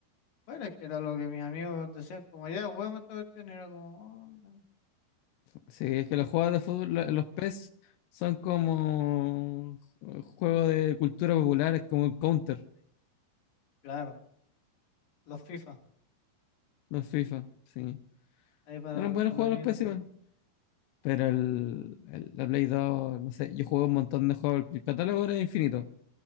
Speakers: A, on the left (about 60°); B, on the left (about 85°).
A: bueno, es que era lo que mis amigos decían, como ya juguemos esta cuestión, y era como, "Oh, ya".
B: Sí, es que
A: Sí,
B: los juegos de fútbol, lo- los Pez son como juegos de cultura popular, es como el Counter,
A: claro, los FIFA,
B: los FIFA. Sí.
A: ahí para,
B: Eran buenos
A: para
B: juegos
A: los nietos
B: los Pez
A: FIFA.
B: igual. Pero el, el- la Play 2, no sé, yo jugué un montón de juegos. El catálogo era infinito.